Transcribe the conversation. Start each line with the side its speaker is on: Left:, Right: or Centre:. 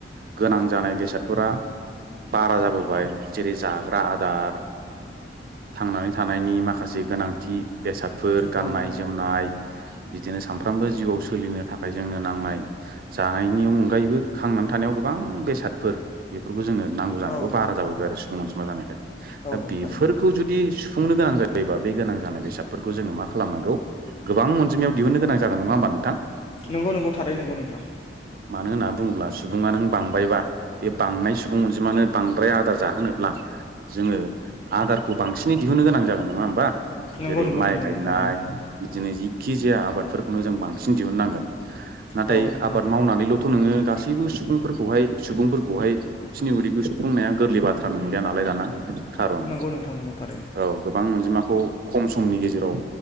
Right: गोनां जा जानाय बेसादफोरा बारा जाबोबाय जेरै जा ग्रा आदार थांनानै थानायनि माखासे गोनांथि बेसादफोर
Left: नंगौ
Right: गाननाय
Left: नंगौ नोंथां
Right: जोमनाय बे बिदिनो सानफ्रोमबो जिउआव सोलिनो थाखाय जोंनो नांनाय जानायनि अनगायैबो खांनानै थानायाव गोबां उ बेसादफोर बेफोर खौ जोंनो नांगौ जानायखौ
Left: औ नंगौ
Right: बारा
Left: नोंथां
Right: जाबोबाय
Left: थारैनो
Right: आरो सुबुं अनजिमा जानायखाय
Left: औ
Right: दा
Left: औ
Right: बेफोरखौ
Left: थारैनो नंगौ नोंथां
Right: जुदि सुफुंनो गोनां जायोबा बे गोनां जानाय बेसादफोरखौ जोङो मा खालाय नांगौ गोबां अनजिमायाव दिहुननोन गोनां जागोन नङा होमबा नोंथां ।
Left: नंगौ नंगौ थारै नंगौ नोंथां ।
Right: मानो होनना बुङोब्ला सुबुङा नों बांबायबा बे बांनाय सुबुं अनजिमानो बांद्राय आदार जाहोनो ब्ला जोङो आदारखौ बांसिनै दिहुननो गोनां जागोन नङा होमबा ।
Left: नंगौ
Right: जेरै
Left: नंगौ नोंथां
Right: माइ
Left: नंगौ
Right: गायनाय
Left: थारैनो
Right: बिदिनो जिखि जाया आबादफोरखौनो जों बांसिन दिहुननांगोन । नाथाय
Left: औ नंगौ
Right: आबाद
Left: नोंथां
Right: मावनानैलथ' नोङो गासै बो सुबुंफोरखौहाय सुबुंफोरखौहाय बिसिनि उदैखौ सुफुंनाया गोरलै बाथ्रा नंलिया नालाय दाना । खारन
Left: नंगौ नोंथां नंगौ थारैनो
Right: औ गोबां अनजिमा खौ खम समनि गेजेराव